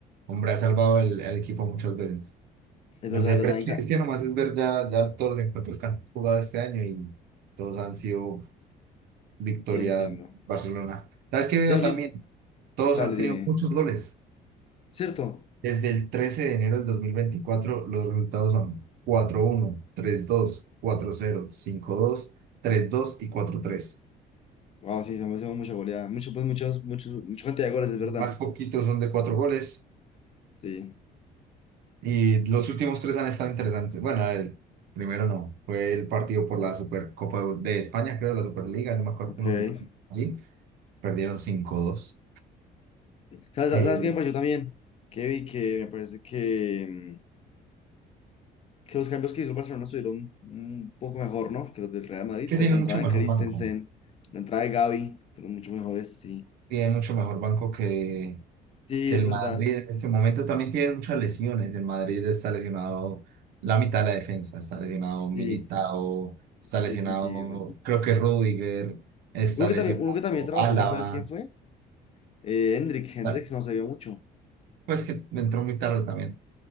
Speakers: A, on the right; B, on the left.
A: hombre, ha salvado el, el equipo muchas veces.
B: Es
A: No
B: verdad,
A: sé,
B: es
A: pero
B: verdad,
A: es
B: Inca.
A: que, es que nomás es ver ya, ya todos los encuentros que han jugado este año y todos han sido victoria
B: Sí, entiendo.
A: Barcelona. ¿Sabes qué veo
B: Ya, yo-
A: también? Todos
B: dale,
A: han tenido
B: dime.
A: muchos goles.
B: ¿Cierto?
A: Desde el 13 de enero del 2024 los resultados son cuatro uno, tres dos, cuatro cero, cinco dos, tres dos y cuatro tres.
B: Wow, sí, se me hace mucha goleada. Mucho, pues, muchos, muchos, mucha cantidad de goles, es
A: Más
B: verdad.
A: poquitos son de cuatro goles
B: Sí.
A: y los últimos tres han estado interesantes. Bueno, el primero no, fue el partido
B: Ok,
A: por la Supercopa de España, creo, la Superliga, no me acuerdo
B: ok.
A: cómo se llama allí. Perdieron cinco dos.
B: ¿Sabes,
A: Eh,
B: sabes qué me pareció también? Que vi que me parece que, mm, que los cambios que hizo el Barcelona estuvieron un poco mejor, ¿no? Que los del Real Madrid.
A: que tiene
B: La entrada
A: mucho mejor
B: de Christensen,
A: banco.
B: la entrada de Gavi, fueron mucho mejores, sí.
A: Tiene mucho mejor banco que,
B: Sí,
A: que
B: es
A: el
B: verdad.
A: Madrid en este momento también tiene muchas lesiones. El Madrid está lesionado la mitad de la defensa, está lesionado Militao,
B: Sí,
A: está
B: sí,
A: lesionado,
B: sí, entiendo.
A: creo que Rudiger, está
B: Uno que
A: lesionado
B: también, uno que también trabajó
A: Álava,
B: mal, ¿sabes quién fue? Eh, Hendrik, Hendrik
A: pa-
B: no se vio mucho.
A: pues que entró muy tarde también.